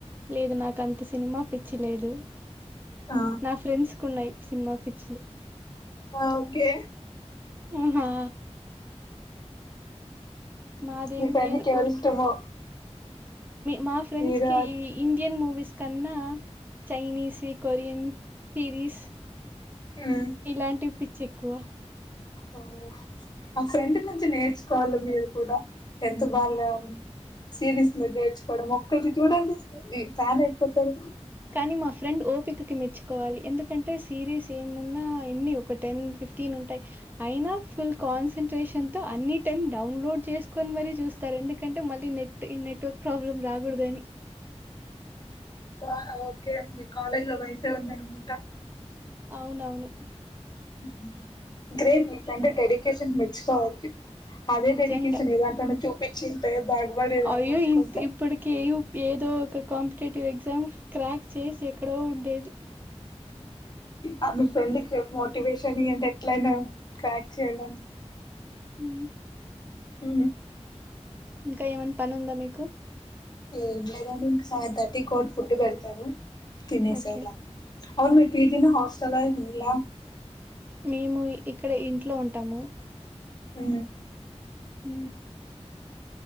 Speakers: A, on the right; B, on the left.
A: లేదు నాకు అంత సినిమా పిచ్చి లేదు
B: ఆ
A: నా ఫ్రెండ్స్ కు ఉన్నాయి సినిమా పిచ్చిలు
B: ఆ ఒకే
A: ఆహా మాదేం
B: మీ ఫ్రెండ్
A: లేదు
B: కి ఎవరు
A: ఊరికి
B: ఇష్టమో
A: మా ఫ్రెండ్స్
B: హీరో
A: కి ఇండియన్ మూవీస్ కన్నా చైనీస్ వి కొరియన్ సిరీస్
B: ఉమ్
A: ఇలాంటివి పిచ్చి కువ
B: ఓ ఆ ఫ్రెండ్ నుంచి నేర్చుకోవాలి మీరు కూడ <unintelligible> సిరీస్ మీర్ నేర్చుకోవడం ఒక్కటి చూడండి ఈ ఫ్యాన్ అయిపోతారు
A: కానీ మా ఫ్రెండ్ ఓపికకి మెచ్చుకోవాలి ఎందుకంటే సిరీస్ ఏమున్నా ఎన్ని ఒక టెన్ ఫి ఫిఫ్టీన్ ఉంటాయి అయినా ఫుల్ కాన్సంట్రేషన్తో అన్ని టెన్ డౌన్లోడ్ చేసుకొని మరీ చూస్ ఎందుకంటే మళ్ళీ నెట్ ఈ నెట్ ప్రాబ్లం రాగూడదని
B: ఆ ఓకే మీ కాలేజ్ లో వైన్సే ఉందనిమాట
A: అవునవును.
B: <unintelligible> అంటే డెడికేషన్ మెచ్చుకోవాలి. అదే
A: నిజంగా.
B: డెడికేషన్ ఏదాంటన్న చూపించింటే, బాగుపడేదాన్ని
A: అయ్యో
B: అనుకుంటా
A: ఇంత్ ఇప్పటికి <unintelligible> ఏదో ఒక కాంపిటేటివ్ ఎగ్జామ్ క్రాక్ చేసి ఎక్కడో ఉండేది.
B: ఆ మీ ఫ్రెండ్ కి మోటివేషన్ ఇయ్యండి. ఎట్లాయిన క్రాక్ చేయాల
A: ఉ
B: ఉ
A: ఇంకా ఏమన్నా పని ఉందా మీకు.
B: ఏం లేదండి, ఇంక సెవెన్ థర్టీ <unintelligible> ఫుడ్ పెడతారు తినేసేయాలి
A: ఓకే.
B: అంతె. అవును మీది పీజీ నా హాస్టల ఇళ్ల
A: మేము ఇక్కడ ఇంట్లో ఉంటాము
B: ఉ
A: ఊ